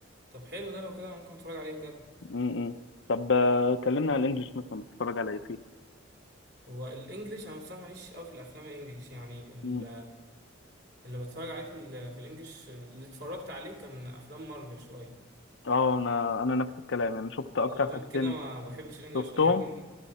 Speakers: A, on the right; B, on the left.
A: طب حلو ده لو كده انا ممكن اتفرج عليه بجد
B: م-م. طب آه، كلمنا على الإنجليش مثلا بتتفرج على إيه فيه
A: هو الانجليش انا بصراحه ماليش قوي في الافلام الانجليش يعني ال-
B: م.
A: اللي بتفرج عليه في ال- في الانجليش اللي اتفرجت عليه كان افلام مارفل شويه
B: اه أنا أنا نفس الكلام يعني شفت أكتر
A: اه غير
B: حاجتين
A: كده ما بحبش الانجليش
B: شفتهم
A: يعني